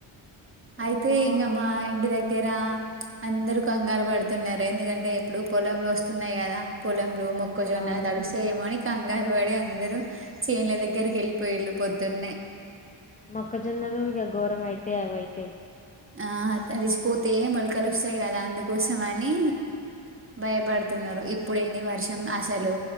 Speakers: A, on the left; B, on the right.
A: అమ్మా
B: అయితే ఇంగ మా ఇంటి దగ్గర అందరు. కంగారు పడుతున్నారు. ఎందుకంటే ఇప్పుడు పొలం లొస్తున్నయి గదా. పొలంలో మొక్కజొన్న
A: అవునవును
B: తడుస్తాయేమో అని కంగ్. కాంగారు పడి, అందరు చేన్ల దగ్గరికి ఎల్లిపోయిళ్ళు పొద్దున్నే.
A: మొక్కజొన్నలు ఇగ ఘోరంమైతై అవైతే.
B: ఆ తడిసిపోతే మొలకలు వొస్తయి గదా అందుకోసం అనీ. భయపడుతున్నరు, ఇప్పుడెంది వర్షం అసలు